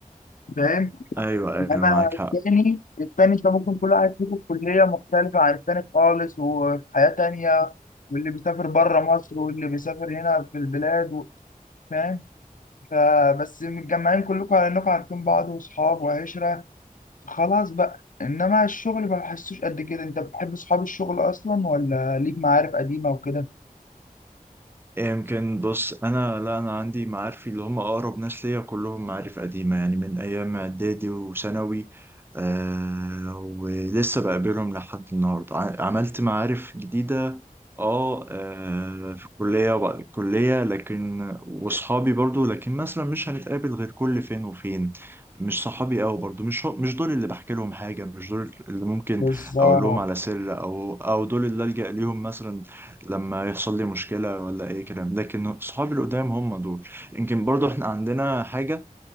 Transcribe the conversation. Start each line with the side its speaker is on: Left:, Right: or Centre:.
Left: فاهم
Right: ايوه ايوه
Left: انما
Right: معاك حق
Left: التاني التاني انت ممكن كل واحد فيكم في كليه مختلفه عن التاني خالص وفي حياه تانيه واللي بيسافر بره مصر واللي بيسافر هنا في البلاد و- فاهم فبس متجمعين كلكم على انكم عارفين بعض واصحاب وعشره خلاص بقى انما الشغل ما بحسوش قد كده انت بتحب اصحاب الشغل اصلا ولا ليك معارف قديمه وكده
Right: إيه، يمكن بص انا لا انا عندي معارفي اللي هم اقرب ناس ليا كلهم معارف قديمه يعني من ايام اعدادي وثانوي آه ولسه بقابلهم لحد النهارده ع- عملت معارف جديده اه آه، في الكليه وبعد الكليه لكن واصحابي برضو لكن مثلا مش هنتقابل غير كل فين وفين مش صحابي قوي برضو مش هو- مش دول اللي بحكي لهم حاجه مش دول اللي ممكن
Left: بالظبط
Right: اقول لهم على سر او او دول اللي الجا ليهم مثلا لما يحصل لي مشكلة ولا أي كلام لكن صحابي القدام هم دول يمكن برضو احنا عندنا حاجة